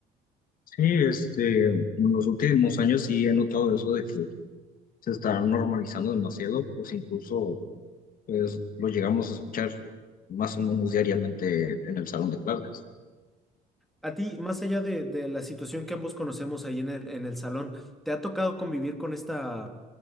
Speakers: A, on the left; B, in the centre.
A: Sí, este, en los últimos años sí he notado eso de que se está normalizando demasiado, pues incluso pues, lo llegamos a escuchar más o menos diariamente en el salón de clases.
B: A ti, más allá de, de la situación que ambos conocemos ahí en el, en el salón, ¿te ha tocado convivir con esta,